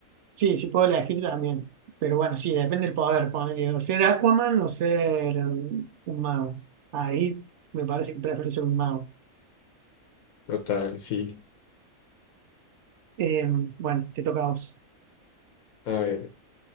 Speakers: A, on the right; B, on the left.
A: Sí, sí puedo elegir también. Pero bueno, sí, depende del poder. Poner, o ser Aquaman o ser um, un mago. Ahí me parece que prefiero ser un mago.
B: Total, sí.
A: Eh, bueno, te toca a vos.
B: A ver.